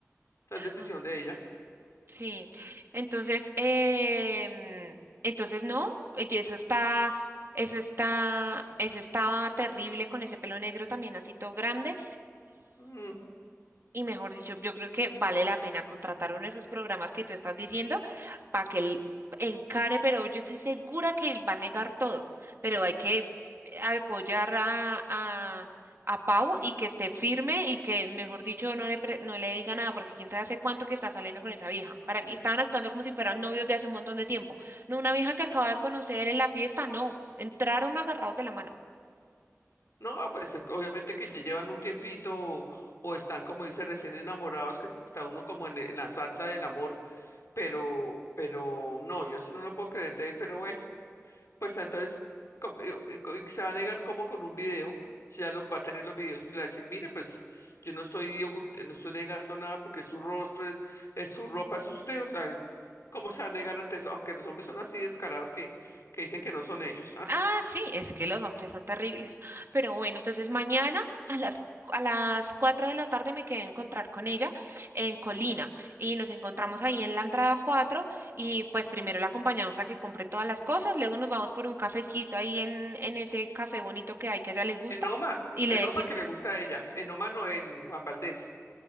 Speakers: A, on the left; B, on the right.
A: la decisión
B: ah,
A: de ella.
B: Sí, entonces, em, entonces no, y eso está, eso está, eso estaba terrible con ese pelo negro también así todo grande
A: Mm,
B: y mejor dicho, yo creo que vale la pena contratar uno de esos programas que tú estás diciendo para que él encare, pero yo estoy segura que él va a negar todo, pero hay que apoyar a, a, a Pau y que esté firme y que, mejor dicho, no le, pre- no le diga nada, porque quién sabe hace cuánto que está saliendo con esa vieja. Para mí estaban actuando como si fueran novios de hace un montón de tiempo. No una vieja que acaba de conocer en la fiesta, no, entraron agarrados de la mano.
A: No, pues eh, obviamente que ya llevan un tiempito o están, como dice, recién enamorados, que está uno como en, en la salsa del amor, pero, pero no, yo sí no lo puedo creer de él, pero bueno. Pues entonces com- y- y- y se va a negar como con un video, si ya los va a tener los videos, y le va a decir, mire, pues yo no estoy ocult- eh, no estoy negando nada porque es su rostro, es, es su ropa, es usted, o sea, ¿cómo se va a negar ante eso? Aunque los hombres son así descarados que, que dicen que no son ellos. <laughs> ah.
B: Ah, sí, es que los hombres son terribles. Pero bueno, entonces mañana a las, a las 4 de la tarde me quedé a encontrar con ella en Colina y nos encontramos ahí en la entrada 4 y pues primero la acompañamos a que compre todas las cosas, luego nos vamos por un cafecito ahí en, en ese café bonito que hay que a ella le gusta
A: En Oma,
B: y le
A: en
B: decimos,
A: Oma que le gusta a ella, en Oma no en Juan Valdés.